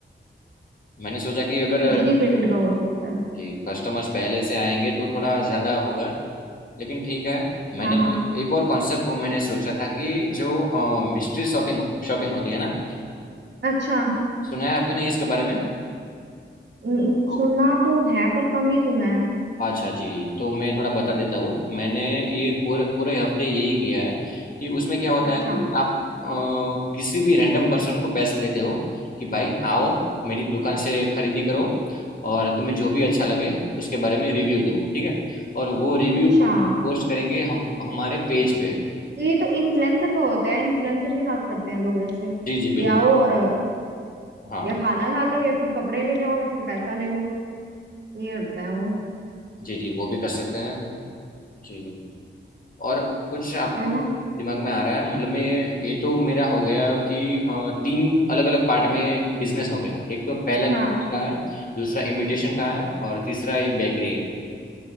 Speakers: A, on the left; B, on the right.
A: मैंने सोचा कि अगर
B: किसी भी फील्ड का हो सकता है
A: जी कस्टमर्स पहले से आएंगे तो थोड़ा ज़्यादा होगा लेकिन ठीक है मैंने
B: हाँ हाँ
A: एक और कॉन्सेप्ट मैंने सोचा था कि जो मिस्ट्री शॉपिंग शॉपिंग होती है ना
B: अच्छा
A: सुना है आपने इसके बारे में
B: न-
A: तो
B: सुना तो है पर कम ही सुना है
A: अच्छा जी तो मैं थोड़ा बता देता हूँ मैंने ये पूरे पूरे हफ्ते यही किया है कि उसमें क्या होता
B: अच्छा
A: है कि आप अ, किसी भी रैंडम पर्सन को पैसे देते हो कि भाई आओ मेरी दुकान से खरीदी करो और तुम्हें जो भी अच्छा लगे उसके बारे में रिव्यू दो ठीक है और वो रिव्यू
B: अच्छा
A: हम पोस्ट करेंगे हम हमारे पेज पे
B: तो ये तो इन्फ्लुएंसर का होता है इन्फ्लुएंसर के साथ करते हैं लोग ऐसे कि
A: जी जी बिल्कुल
B: आओ और अ,
A: हाँ
B: या खाना खा लो या फिर कपड़े ले जाओ या फिर पैसा ले लो ये करते हैं वो
A: जी जी वो भी कर सकते हैं जी और कुछ आपको
B: है ना
A: दिमाग में आ रहा है मतलब मैं ये तो मेरा हो गया कि अ, तीन अलग अलग पार्ट में बिजनेस हो गया एक तो पहला कपड़े
B: हाँ
A: का है दूसरा इमिटेशन का है और तीसरा ये बेकरी है